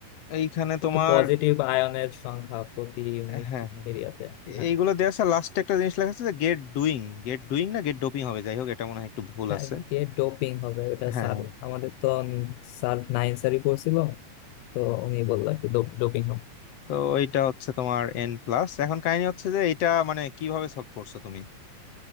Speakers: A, on the left; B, on the left.
A: এইখানে
B: ওই
A: তোমার
B: তো পজিটিভ আয়নের সংখ্যা প্রতি ইউনিট
A: হ্যাঁ হ্যাঁ
B: এরিয়াতে হ্যাঁ
A: এইগুলো দেয়া আছে লাস্টে একটা জিনিস লেখা আছে যে গেট ডুইং গেট ডুইং না গেট ডোপিং হবে যাই হোক এটা মনে হয় একটু ভুল
B: হ্যাঁ
A: আছে
B: গিয়ে ডোপিং হবে ওটা
A: হ্যাঁ হ্যাঁ।
B: স্যার আমাদের তো স্যার নাইন স্যারই পড়ছিল তো উনি বললো ডোপিং হবে
A: তো এইটা হচ্ছে তোমার এন প্লাস এখন কাহিনী হচ্ছে যে এটা মানে কিভাবে সলভ করছো তুমি